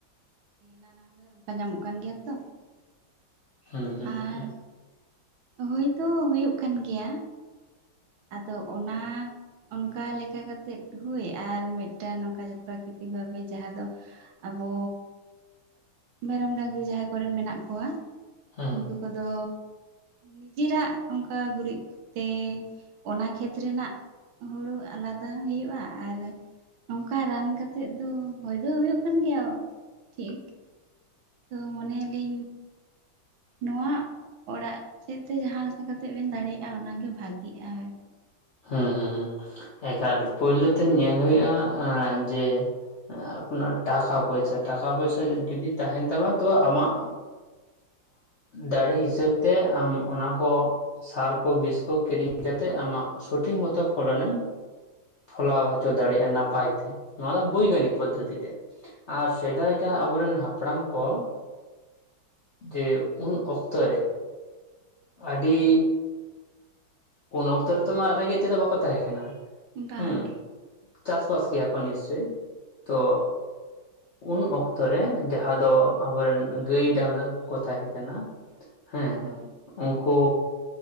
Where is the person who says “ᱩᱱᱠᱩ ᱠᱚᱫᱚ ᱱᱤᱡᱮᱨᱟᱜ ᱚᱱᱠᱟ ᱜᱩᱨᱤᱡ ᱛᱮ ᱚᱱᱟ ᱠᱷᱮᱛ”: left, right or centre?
Right